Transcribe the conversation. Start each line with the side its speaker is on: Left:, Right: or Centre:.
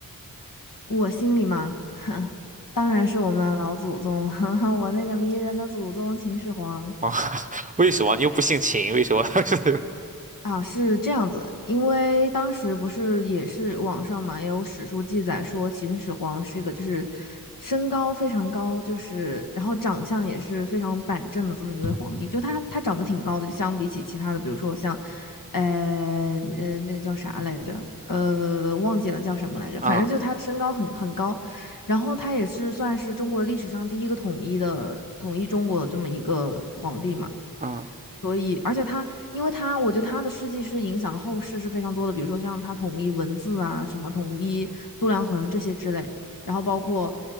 Left: 我心里嘛，<laughs> 当然是我们的老祖宗，<laughs> 我那个迷人的祖宗秦始皇。
Right: <laughs> 啊，为什么你又不姓秦？为什么？<laughs> 是
Left: 啊，是这样子，因为当时不是也是网上嘛，也有史书记载说秦始皇是一个就是身高非常高，就是然后长相也是非常板正的这么一位皇帝，就他他长得挺高的，就相比起其他的，比如说像，呃呃那个叫啥来着，呃忘记了叫什么来着，
Right: 嗯
Left: 反正就他的身高很很高，然后他也是算是中国历史上第一个统一的统一中国的这么一个皇帝嘛。
Right: 嗯，
Left: 所以，而且他，因为他，我觉得他的事迹是影响后世是非常多的，比如说像他统一文字啊，什么统一度量衡这些之类，然后包括